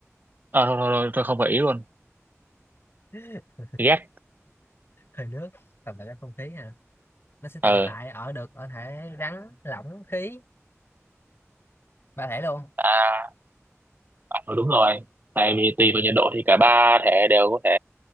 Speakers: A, on the right; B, on the left.
A: ờ thôi, thôi, thôi, tôi không gợi ý luôn
B: <laughs>
A: ghét
B: hơi nước tồn tại trong không khí hả nó sẽ tồn
A: ờ
B: tại ở được ở thể rắn lỏng khí ba thể luôn
A: à, ờ, đúng rồi tại vì tùy vào nhiệt độ thì cả ba thể đều có thể